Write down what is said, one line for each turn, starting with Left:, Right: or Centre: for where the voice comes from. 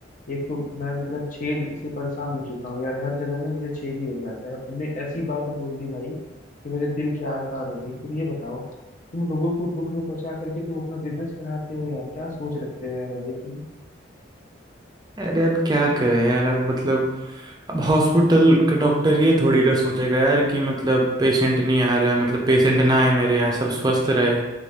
Left: एक तो मैं मतलब छेद से परेशान हो चुका हूँ यार हर जगह ना मेरे छेद ही हो जाता है अब तुमने ऐसी बात बोल दी भाई कि मेरे दिल के आर पार हो गई तुम ये बताओ तुम लोगों को दुख में पहुंचा करके तुम अपना बिजनेस बढ़ाते हो यार क्या सोच रखते हो यार भाई तुम
Right: अरे अब क्या करें यार अब मतलब अब हॉस्पिटल का डॉक्टर ये थोड़ी ना सोचेगा यार कि मतलब पेशेंट नहीं आ रहा है मतलब पेशेंट ना आए मेरे यहाँ सब स्वस्थ रहे